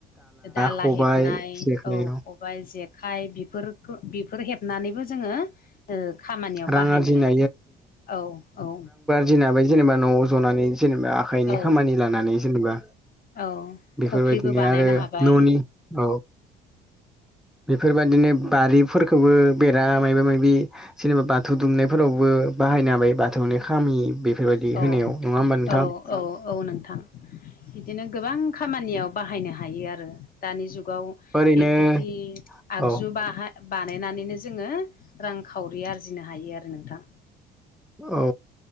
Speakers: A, on the left; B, in the centre.
A: दाला
B: खबाइ
A: हेबनाय
B: जेखाइ
A: औ खबाइ जेख खाय बेफोरखो बेफोर हेबनानैबो जोंङो ओ खामानियाव
B: रां
A: बाहायनो
B: आरजिनो
A: हायो औ औ
B: दिनाबाय जेनेबा न'आव जनानै जेनेबा आखाइनि
A: औ
B: खामानि लानानै जेनेबा
A: औ
B: बेफोरबायदिनो
A: खफ्रिबो बानायनो
B: आरो
A: हाबाय
B: न'नि औ बेफोरबायादिनो बारिफोरखौबो बेरा माबा माबि जेनेबा बाथौ दुमनायफोरावबो बाहायनो हाबायो बाथौनि खामि बे बेफोरबायदि
A: औ
B: होनायाव नंङा होमबा नोंथांङा?
A: औ औ औ नोंथां। बिदिनो गोबां खामानियाव बाहायनो हायो आरो दानि जुगाव।
B: ओरैनो
A: बेफोरदि आगजु
B: औ
A: बाहाय बानायनानैनो जोंङो रांखावरि आरजिनो हायो आरो नोंथां।
B: औ